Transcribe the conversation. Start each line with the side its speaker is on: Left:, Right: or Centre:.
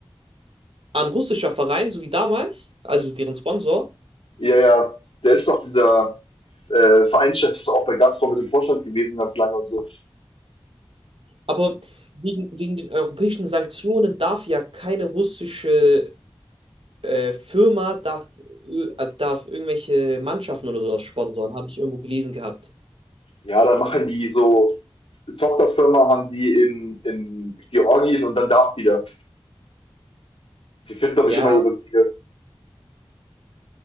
Right: an russischer Verein, so wie damals, also deren Sponsor.
Left: Ja, ja. Der ist doch dieser äh, Vereinschef, ist doch auch bei Gazprom mit dem Vorstand gewesen, ganz lange und so.
Right: Aber wegen, wegen den europäischen Sanktionen darf ja keine russische äh, Firma, darf, ö- äh, darf irgendwelche Mannschaften oder sowas sponsoren, habe ich irgendwo gelesen gehabt.
Left: Ja, dann machen die so eine Tochterfirma, haben die in, in Georgien und dann darf wieder. Die finden, glaube
Right: Ja,
Left: ich, immer ihre Wege.